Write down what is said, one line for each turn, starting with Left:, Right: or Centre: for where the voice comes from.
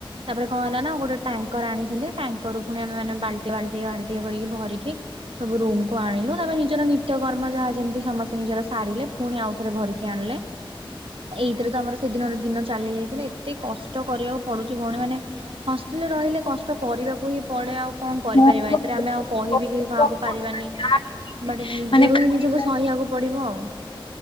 Right: ତାପରେ କଣ ହେଲା ନା ଗୋଟେ ଟାଙ୍କର ଆଣିଥିଲି ଟାଙ୍କରରୁୁ ପୁଣି ଆମେମାନେ ବାଲ୍ଟି ବାଲଟିଆ ବାଲଟିଆ କରିକି ଭରିକି ସବୁ ରୁମକୁୁ ଆଣିଲୁ ତାପରେ ନିଜର ନିତ୍ୟକର୍ମ ଯାହା ଯେମିତି ସମସ୍ତେ ନିଜର ସାରିଲେ ପୁଣି ଆଉଥରେ ଭରିକି ଆଣିଲେ। ଏଇଥିରେ ତ ଆମର ସେଦିନର ଦିନ ଚାଲିଯାଇ ଏତେ କଷ୍ଟ କରିବାକୁ ପଡୁଛି ଭଉଣୀ ମାନେ ହଷ୍ଟେଲରେ ରହିଲେ କଷ୍ଟ କରିବାକୁ ହିଁ ପଡେ ଆଉ କଣ କରିପାରିବା
Left: ମୁଁ ମୋ
Right: ଏଥିରେ
Left: ବୋଉକୁ
Right: ଆମେ ଆଉ କହିବି କେହି କାହାକୁ
Left: କଣ
Right: ପାରିବାନି।
Left: କରିବି, ଯାହା କେମିତି
Right: ବାଟେ ନିଜରୁ
Left: ମାନେ ଖାଇବା
Right: ହିଁ ନିଜକୁ ସହିବାକୁ ପଡିବ ଆଉ।